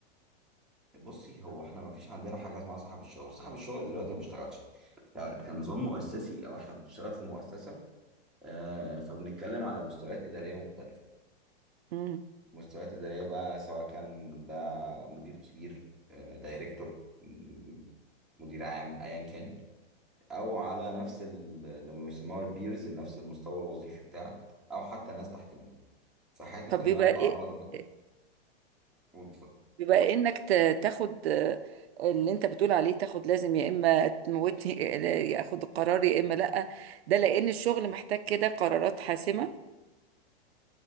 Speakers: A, in the centre; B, on the right.
A: بصي هو احنا ما فيش عندنا حاجه اسمها صاحب الشغل صاحب الشغل دلوقتي ما بيشتغلش ك- كنظام مؤسسي او احنا بنشتغل في مؤسسه آه، فبنتكلم على مستويات اداريه مختلفه
B: مم.
A: مستويات اداريه بقى سواء كان ده مدير كبير آه، دايركتور م، مدير عام ايا كان او على نفس ال- اللي بيسموها البيرز نفس المستوى الوظيفي بتاعك او حتى ناس تحت منك فحته
B: طب
A: ان
B: بيبقى
A: انا اتعرض ن-
B: إيه
A: واتفضل
B: بيبقى انك ت- تاخد آه، اللي انت بتقول عليه تاخد لازم يا اما تموتني <laughs> يا اخد القرار يا اما لا ده لان الشغل محتاج كده قرارات حاسمة